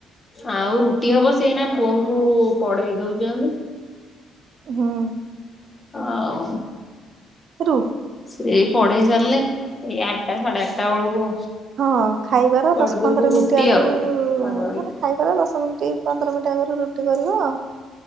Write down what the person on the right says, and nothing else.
ହଁ।
ରୁ
ହଁ ଖାଇବାର
ଦଶ ପନ୍ଦର
ମିନିଟ୍ ଆଗରୁ
ମାନେ ଖାଇବାର ଦଶ ମିନିଟ୍ ପନ୍ଦର ମିନିଟ୍ ଆଗରୁ ରୁଟି କରିବ ଆଉ।